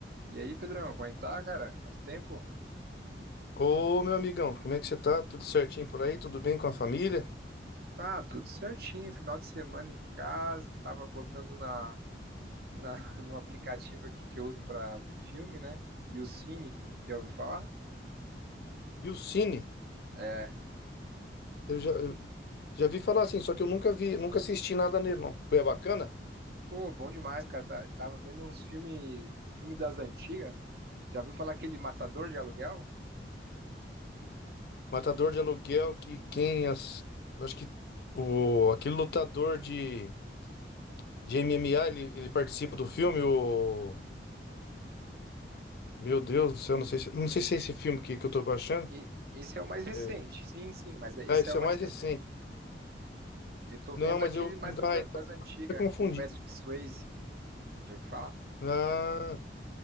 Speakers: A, on the right; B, on the left.
A: E aí, Pedrão, como é que tá, cara? Quanto tempo?
B: Ô, meu amigão, como é que você tá? Tudo certinho por aí? Tudo bem com a família?
A: Ah, tudo certinho, final de semana em casa, tava botando na, na <laughs> no aplicativo aqui que eu uso pra ver filme, né? E o Cine, já ouviu falar?
B: E o Cine?
A: É.
B: Eu já, eu já vi falar assim, só que eu nunca vi, nunca assisti nada nele, não. É bacana?
A: Pô, bom demais, cara. tá- Tava vendo uns filmes, filme das antigas. Já ouviu falar aquele Matador de Aluguel?
B: Matador de aluguel, que quem as... Eu acho que o, aquele lutador de, de MMA, ele, ele participa do filme, o... Meu Deus do céu, não sei se, não sei se é esse filme que, que eu tô baixando.
A: E, e- esse é o mais recente.
B: É,
A: Sim, sim, mas é,
B: ah,
A: esse
B: esse
A: é o
B: é
A: mais
B: mais
A: recente.
B: recente.
A: Eu tô
B: Não,
A: vendo
B: mas
A: aquele
B: eu...
A: mais das,
B: Ah, então,
A: das antigas,
B: eu tô confundindo.
A: com Patrick Swayze. Já ouviu falar?
B: Ah...